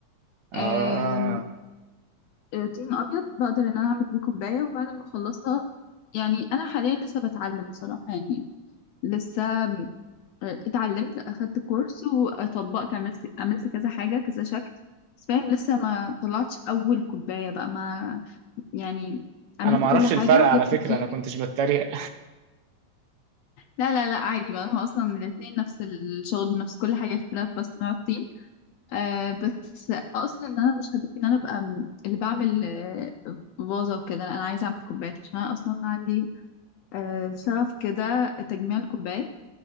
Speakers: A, on the right; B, on the left.
A: اه
B: آم، آه، طين ابيض بقدر ان انا اعمل بيه كوباية وبعد ما اخلصها يعني انا حاليا لسه بتعلم بصراحة يعني لسه آه، اتعلمت اخدت كورس وطبقت عملت عملت كذا حاجة كذا شكل بس فاهم لسه ما طلعتش اول كوباية بقى ما يعني عملت
A: انا ما اعرفش
B: كل حاجة
A: الفرق
B: وجبت
A: على فكره
B: الطين
A: انا كنتش
B: جبت
A: بتريق
B: لا لا لا عادي بقى هو اصلا الاتنين نفس الشغل نفس كل حاجة اختلاف بس نوع الطين آه بس اقصد ان انا مش هدفي ان انا ابقى م- اللي بعمل آه فازة وكده لا انا عايزة اعمل كوبايات عشان انا اصلا عندي آه شغف كده تجميع الكوبايات